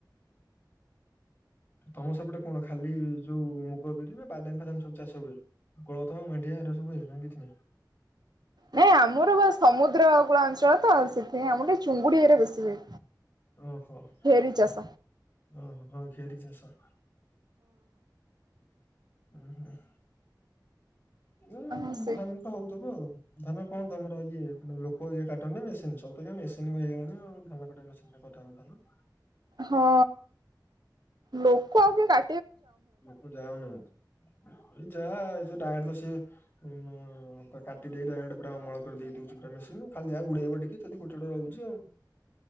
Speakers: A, on the left; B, on the right.
A: ତମ ସେପଟେ କଣ ଖାଲି ଯୋଉ ମୁଗ ବିରି ନା ବାଦାମ ଫାଦାମ ସବୁ ଚାଷ ହୁଏ? କୋଳଥ ମାଣ୍ଡିଆ ଏରା ସବୁ ହୁଏ ନାଁ କିଛି ନାଇଁ?
B: ନାଇଁ ଆମର ବା ସମୁଦ୍ର କୂଳ ଅଞ୍ଚଳ ତ ସେଥିପାଇଁ ଆମର ଖାଲି ଚୁଙ୍ଗୁଡି ଏରେ ବେଶୀ ହୁଏ।
A: ଓହୋ ଓ
B: ଢେରି ଚାଷ
A: ହୋ ହ ଘେରି ଚାସ। ଉଁ ହୁଁ। ଉଁ
B: ହଁ ସେ
A: ଧାନ ତ ହଉଥିବ ଆଉ? ଧାନ କଣ ତମର ଇଏ ଲୋକ ଯାଇ କାଟନ୍ତି ନା ମେସିନ ସବୁ ଏନା ମେସିନ ହେଇଗଲାଣି ଆଉ ଧାନ କାଟେ ମେଶି <unintelligible> ଧାନ।
B: ହଁ ଲୋକ ଆଉ ବି କା
A: ଆ ଯାଉ ନାହାନ୍ତି ଏଇ ଯାହା। <unintelligible> ଉଁ କାଟି ଡାଇରେକ୍ଟ ପୁରା ଅମଳ କରିଦେଇ ଦେଇଦଉଛି ପୁରା ମେସିନ ଖାଲି ଯାହା ଉଡେଇବ ଟିକେ ଯଦି ଗୋଟେ ଗେଟେ ରହୁଛି ଆଉ।